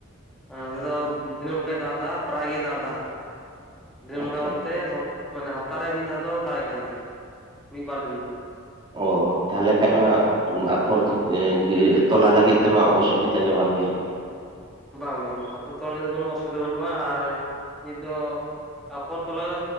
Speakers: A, in the centre; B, on the right.
A: ᱟᱨ ᱱᱚᱛᱮ ᱫᱚ ᱫᱤᱱᱟᱹᱢ ᱞᱮᱠᱟᱭ ᱫᱟᱜ ᱮᱫᱟ ᱯᱟᱨᱟᱭ ᱜᱮᱭ ᱫᱟᱜ ᱮᱫᱟ ᱫᱮ ᱱᱚᱝᱠᱟ
B: ᱟᱪᱪᱷᱟ
A: ᱵᱚᱞᱛᱮ ᱢᱟᱱᱮ ᱦᱟᱯᱛᱟᱨᱮ ᱢᱤᱫ ᱫᱷᱟᱣ ᱫᱚ ᱫᱟᱜ ᱮᱮᱫ ᱠᱟᱱ ᱜᱮᱭᱟ ᱢᱤᱫ ᱵᱟᱨ ᱫᱤᱱ ᱫᱚ
B: ᱚ ᱛᱟᱦᱚᱞᱮ ᱠᱷᱟᱱ ᱢᱟ <unintelligible> ᱛᱚᱞᱟ ᱞᱟᱹᱜᱤᱫ
A: ᱦᱮᱸ
B: ᱛᱮᱢᱟ ᱚᱥᱩᱵᱤᱫᱷᱟ ᱜᱮ ᱵᱟᱝ ᱦᱩᱭᱩᱜᱼᱟ
A: ᱵᱟᱝ - ᱵᱟᱝ ᱟᱯᱚᱨᱛᱚ ᱟᱹᱞᱤᱝ ᱫᱚ ᱠᱚᱱᱳ ᱚᱥᱩᱵᱤᱫᱷᱟ ᱵᱟᱹᱱᱩᱜᱼᱟ ᱟᱨ <inaudible> ᱱᱤᱛ ᱫᱚ ᱟᱯᱷᱚᱨ ᱛᱚᱞᱟᱫᱚ